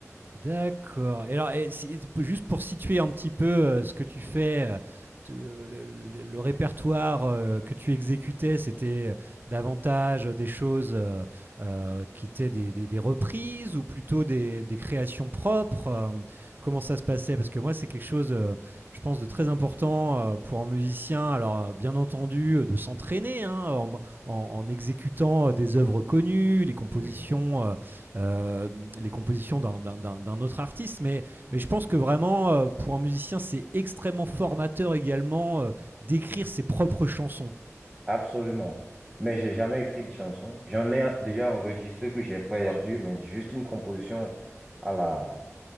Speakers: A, on the right (about 40°); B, on the right (about 15°).
A: D'accord. Et alors, et si- juste pour situer un petit peu euh, ce que tu fais, euh, te- le, le- le répertoire euh, que tu exécutais, c'était euh, davantage des choses euh, euh, qui étaient des, des- des reprises ou plutôt des, des créations propres. euh, comment ça se passait? Parce que moi, c'est quelque chose, euh, je pense, de très important euh, pour un musicien. Alors, euh, bien entendu, euh, de s'entraîner hein, en, en- en exécutant euh, des œuvres connues, les compositions.
B: Oui.
A: euh, euh, les compositions d'un autre artiste. Mais, mais je pense que vraiment, euh, pour un musicien, c'est extrêmement formateur également euh, d'écrire ses propres chansons.
B: Absolument. Mais j'ai jamais écrit de chanson. J'en ai déjà enregistré que j'ai perdu, mais juste une composition à la,